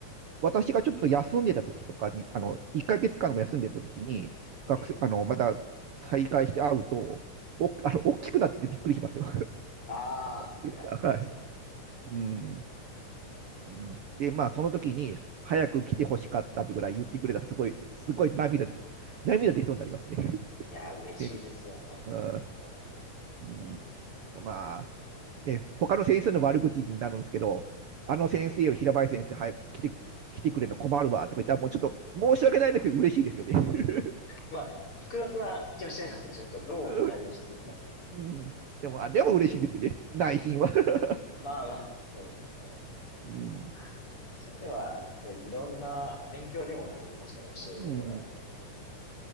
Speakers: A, on the right (about 60°); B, on the left (about 40°).
A: 私がちょっと休んでた時とかに、あの、1ヶ月間も休んでた時に、学生、
B: ね。え
A: あの、まだ再開して会うと、お、あの、大きくなっててびっくりしますよ。
B: え。ああ、
A: <laughs>
B: いや、そうですよね。
A: はい。
B: ええ。
A: うん。うんで、まあ、その時に、早く来てほしかったってぐらい言ってくれた、すごい、すごい涙、涙出そうになりますね。
B: いや、
A: <laughs>
B: 嬉しいですよね。
A: 先生。
B: そういう言葉は。
A: うん。まあ、ね、他の先生の悪口になるんですけど、あの先生より平林先生、早く来て、来てくれるの困るわとか言ったら、もうちょっと申し訳ないですけど、嬉しいですよね。<laughs>
B: まあ、複雑な気もしちゃいますね。ちょっとどう対応していいか。
A: <laughs> うん、でも、あ、でも嬉しいんですよね。内心は。<laughs>
B: まあまあ、そうですね。
A: うん。
B: まあ、なんかやっぱそういう意味では、そういろんな勉強にもなりましたね。教えるとはいえ。
A: うん。